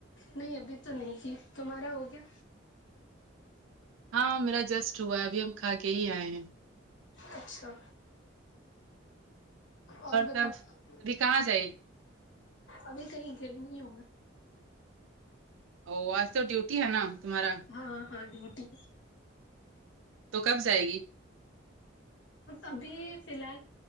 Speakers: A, on the left; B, on the right.
A: نہیں ابھی تو نہیں تھی تمہارا ہو گیا
B: ہاں میرا جسٹ ہوا ہے ابھی ہم کھا کے ہی آئے ہیں
A: اچھا اور بتاؤ
B: تب ابھی کہاں جائے
A: ابھی کہیں گئے نہیں ہا
B: او آج تو ڈیوٹی ہے نا تمہارا
A: ہاں ہاں ڈیوٹی
B: تو کب جائے گی
A: ابھی فی الحال